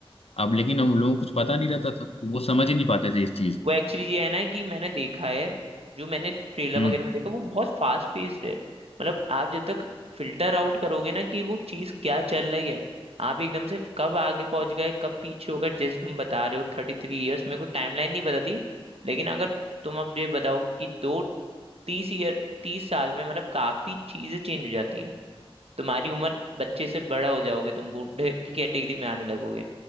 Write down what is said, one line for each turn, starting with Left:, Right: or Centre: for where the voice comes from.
Left: अब लेकिन हम लोगों को कुछ पता नहीं रहता था तो वो समझ ही नहीं पाते थे इस चीज
Right: वो
Left: को
Right: एक्चुअली ये है ना कि मैंने देखा है जो मैंने ट्रेलर
Left: हम्म
Right: वगैरह में देखा वो बहुत फास्ट पेस्ड है मतलब आप जब तक फिल्टर आउट करोगे ना कि वो चीज क्या चल रही है आप एकदम से कब आगे पहुंच गए कब पीछे हो गए जैसे तुम बता रहे हो थर्टी थ्री ईयर्स मेरे को टाइमलाइन नहीं बताती लेकिन अगर तुम अब ये बताओ कि दो तीस ईयर तीस साल में मतलब काफी चीजें चेंज हो जाती हैं तुम्हारी उम्र बच्चे से बड़ा हो जाओगे तुम बूढ़े की कैटेगरी में आने लगोगे